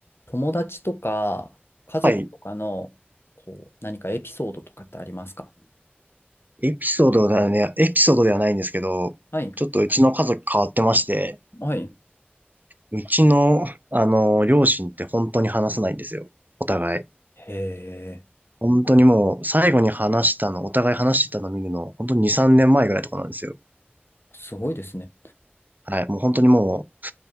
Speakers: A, on the left (about 75°); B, on the right (about 45°).
A: 友達とか家族とかのこう何かエピソードとかってありますか
B: はい。エピソードではね、エピソードではないんですけど、
A: はい。
B: ちょっとうちの家族変わってまして、
A: はい。
B: うちの、あの、両親って本当に話さないんですよ。お互い。
A: へえ、
B: 本当にもう、最後に話したの、お互い話してたの見るの、本当に2、3年前ぐらいとかなんですよ。
A: すごいですね。
B: はい。もう本当にもう、